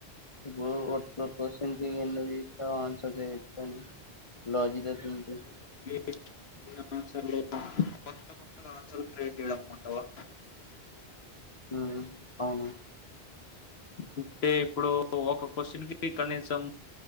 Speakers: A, on the left; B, on the left.
A: <unintelligible>
B: అంటే ఒక
A: <unintelligible>
B: <unintelligible> కొత్త కొత్తగా ఆన్సర్ క్రియేట్ చేయడం ఉంటావా
A: హ్ అవును
B: అంటే ఇప్పుడు ఒక క్వశ్చన్కి కనీసం